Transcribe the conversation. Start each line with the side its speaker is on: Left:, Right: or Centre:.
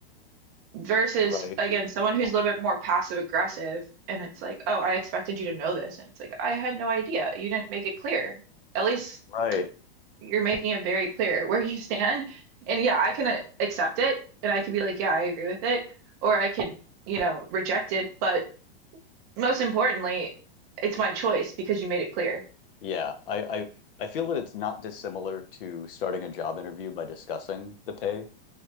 Right: versus
Left: Right.
Right: again, someone who's a little bit more passive aggressive and it's like, oh, I expected you to know this. And it's like, I had no idea. You didn't make it clear. At least
Left: Right.
Right: you're making it very clear <laughs> where you stand. And yeah, I can uh, accept it and I could be like, yeah, I agree with it. Or I can, you know, reject it. But Most importantly, it's my choice because you made it clear.
Left: Yeah. I, I I feel that it's not dissimilar to starting a job interview by discussing the pay